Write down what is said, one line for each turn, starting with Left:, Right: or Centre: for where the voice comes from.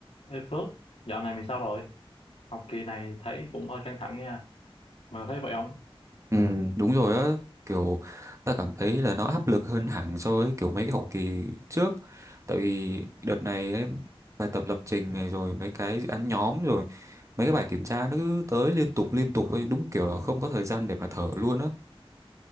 Left: Ê Phước, dạo này mày sao rồi? Học kỳ này thấy cũng hơi căng thẳng nha. Mày có thấy vậy không?
Right: Ừ, đúng rồi á kiểu ta cảm thấy là nó áp lực hơn hẳn so với kiểu mấy cái học kỳ trước tại vì đợt này ấy, bài tập lập trình này rồi mấy cái dự án nhóm rồi mấy cái bài kiểm tra nó cứ tới liên tục liên tục ấy đúng kiểu là không có thời gian để mà thở luôn á